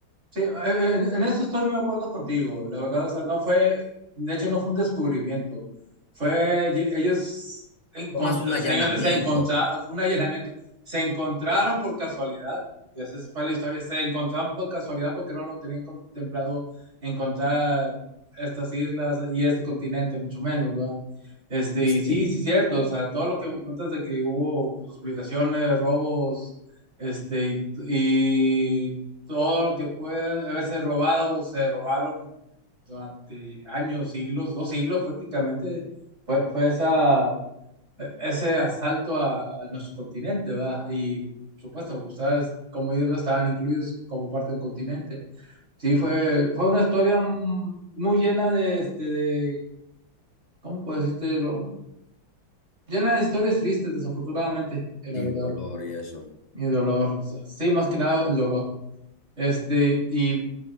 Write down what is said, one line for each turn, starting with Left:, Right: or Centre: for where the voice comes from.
Right: Sí, eh, eh, en, en eso estoy muy de acuerdo contigo. La verdad, o sea, no fue, de hecho, no fue un descubrimiento. Fue, y- ellos encontra-
Left: Fue más un allanamiento.
Right: se, se encontraron, fue un allanamiento. Se encontraron por casualidad, porque así fue la historia. Se encontraron por casualidad porque no lo tenían contemplado encontrar estas islas y este continente, mucho menos, ¿verdad? Este,
Left: Y
Right: y
Left: sí,
Right: sí, sí, cierto. O sea, todo lo que me comentas de que hubo pues, violaciones, robos, este, y todo lo que puede haberse robado, se robaron durante años, siglos, dos siglos prácticamente, fue, fue esa, ese asalto a, a nuestro continente, ¿verdad? Y por supuesto, ustedes, como ellos no estaban incluidos como parte del continente. Sí, fue, fue una historia mm, muy llena de, este, de, ¿cómo puedo decirte? Lo, llena de historias tristes, desafortunadamente, eh, la
Left: sí,
Right: verdad,
Left: de dolor y eso.
Right: y dolor. o sea, sí, más que nada el dolor. Este, y